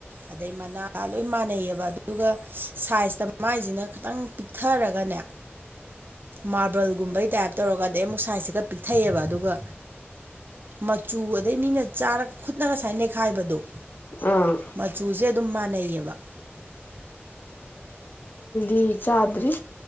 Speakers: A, on the right (about 55°); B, on the left (about 50°).
A: ꯑꯗꯩ ꯃꯅꯥ ꯂꯣꯏ ꯃꯥꯟꯅꯩꯌꯦꯕ ꯑꯗꯨꯗꯨꯒ ꯁꯥꯏꯖꯇ ꯃꯥꯏꯁꯤꯅ ꯈꯤꯇꯪ ꯄꯤꯛꯊꯔꯒꯅꯦ ꯃꯥꯔꯕꯜꯒꯨꯝꯕꯩ ꯇꯥꯏꯞ ꯇꯧꯔꯒ ꯑꯗꯩ ꯑꯃꯨꯛ ꯁꯥꯏꯖꯁꯤꯒ ꯄꯤꯛꯊꯩꯑꯕ ꯑꯗꯨꯒ ꯃꯆꯨ ꯑꯗꯩ ꯃꯤꯅ ꯆꯥꯔꯒ ꯈꯨꯠꯅꯒ ꯁꯨꯃꯥꯏ ꯅꯩꯈꯥꯏꯕꯗꯣ
B: ꯑꯥ
A: ꯃꯆꯨꯁꯦ ꯑꯗꯨꯝ ꯃꯥꯟꯅꯩꯌꯦꯕ
B: ꯐ ꯆꯥꯗꯔꯤ